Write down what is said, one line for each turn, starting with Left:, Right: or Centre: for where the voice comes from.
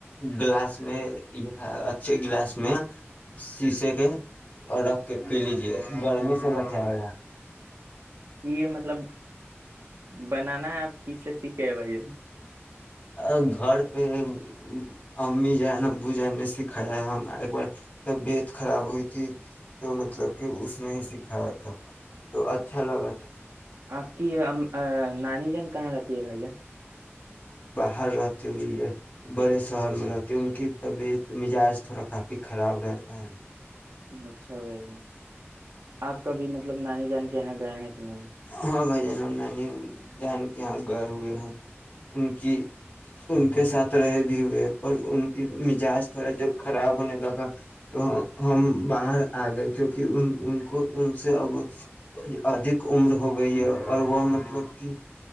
Left: گلاس میں یا اچھے گلاس میں شیسے کے اورکھ کہ پی لیجے گرمی سے بچاائے گا
Right: یہ مطلب بنانا ہے اپ کی سی سی کہ بھائی ج
Left: ا گھر پہ اور <unintelligible> امی جان ابو جان نے سکھایا ہم ایک بار طبیعت خراب ہوئی تھی تو مطلب کہ اس نے ہی سکھایا تھا تو اچھا لگا تھا
Right: آپ کی نانی جان کہاں رہتی ہے بھائی جان
Left: ہر رہاتتے ہوئی ہے <unintelligible> بڑے سہر میں رہتے ان کی طبیعت مزاج تھوڑا کافی خراب رہتا ہےا
Right: اچھا بھائی آپ کبھی مطلب نانی جان کے یہاں گئے ہیں کہ نہیں
Left: ہاں بھائی جان ہم نانی جان کے یہاں گئے ہوئے ہیں ان کی ان کے ساتھ رہے بھی ہوئے پر ان کی مزاج تھوڑا جب خراب ہونے لگا تو ہم باہر آ گئے کیونکہ ان ان کو ان سے اب ادک عمر ہو گئی ہے اور وہ مطلب کہ